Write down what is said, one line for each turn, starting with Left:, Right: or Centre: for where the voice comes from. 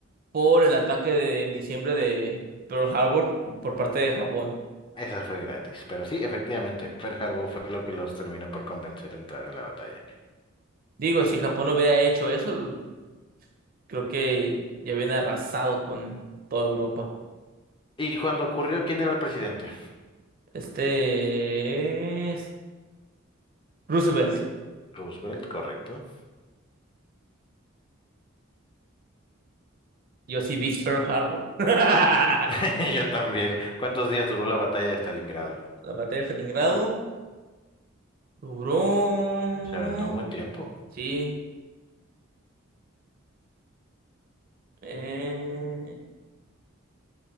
Right: Por el ataque de, en diciembre de Pearl Harbor por parte de Japón.
Left: Esa fue gratis, pero sí, efectivamente, Pearl Harbor fue lo que los terminó por convencer de entrar a la batalla.
Right: Digo, si Japón hubiera hecho eso. creo que ya viene arrasado con toda Europa.
Left: ¿Y cuando ocurrió, quién era el presidente?
Right: Este es Roosevelt.
Left: Roosevelt, correcto.
Right: Yo sí, Big Pearl Harbor. <laughs> La
Left: <laughs> Yo también. ¿Cuántos días duró la batalla de Stalingrado?
Right: batalla de Stalingrado duró.
Left: Se aventó un buen tiempo.
Right: Sí. eh,